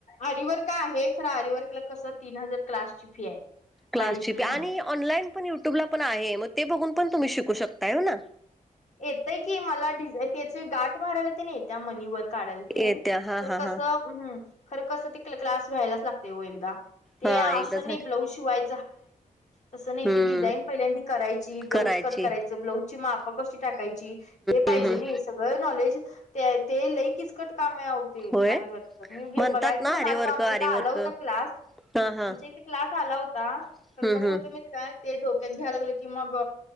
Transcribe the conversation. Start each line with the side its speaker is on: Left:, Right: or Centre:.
Left: आरवर् का आहे खर अरवर्कला कस तीन हजार क्लास ची फी आहे
Centre: क्लासची
Left: अडीच तीन
Centre: प आणि
Left: हजार
Centre: ऑनलाईन पण युट्यूबला पण आहे मग ते बघून पण तुम्ही शिकू शकताय हो ना
Left: येतय की मला ि त्याचे गाठ मारायला ते नाही येत्या मनी वर काढ
Centre: येत्या हा
Left: तर
Centre: हा
Left: कस
Centre: हा
Left: खरं कसं त क्लास व्या्हायलाच लागते एकदा ते
Centre: हा
Left: असं
Centre: एकदा झालं
Left: नाही ब्लाऊज शिवाय तस नाही
Centre: हम्म
Left: त डिझाईन पहिल्यांदी करायची ब्लाउज
Centre: करायची
Left: कट करायचं ब्लाउजची मापा कशी हे पाहिजे
Centre: हम्म हम्म
Left: नई सगळ नॉलेज ते लई किचकट काम आव ते
Centre: होय
Left: आरीवरचं मी
Centre: म्हणतात
Left: बघायच
Centre: ना
Left: म्हणालतो
Centre: आरीवर्क
Left: आमच्या
Centre: आरीवर्क
Left: इथं आला होता क्लास
Centre: हा हा
Left: आमच्या इथे क्लास आला होता
Centre: हम्म
Left: तर कसं
Centre: हम्म
Left: होतं मी काय ते डोक्यात घ्याय लागलो की मग,